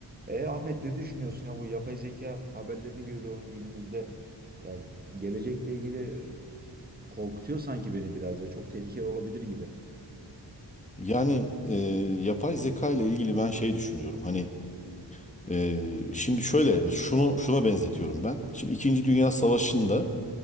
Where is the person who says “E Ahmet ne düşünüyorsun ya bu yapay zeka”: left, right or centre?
Right